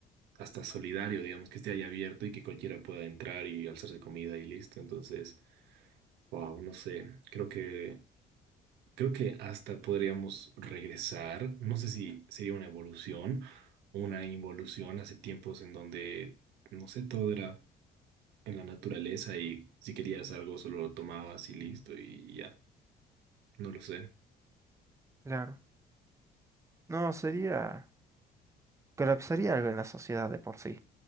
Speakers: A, on the right; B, on the right.
A: hasta solidario, digamos, que esté ahí abierto y que cualquiera pueda entrar y alzarse comida y listo. Entonces, wow, no sé, creo que... Creo que hasta podríamos regresar, no sé si sería una evolución, una involución hace tiempos en donde, no sé, todo era en la naturaleza y si querías algo solo lo tomabas y listo y ya, no lo sé.
B: claro. No, sería, colapsaría algo en la sociedad de por sí.